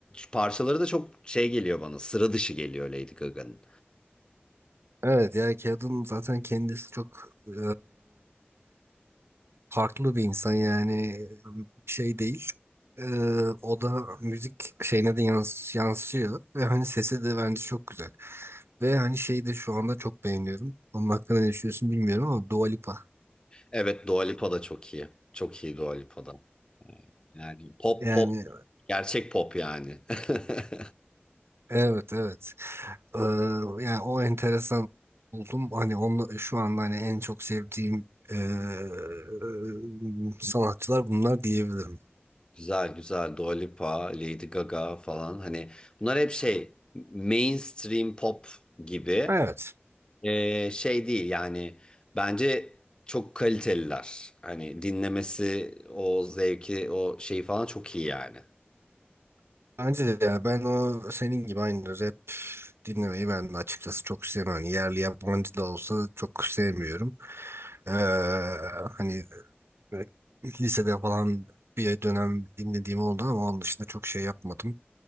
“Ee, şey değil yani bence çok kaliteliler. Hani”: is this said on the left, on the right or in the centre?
Left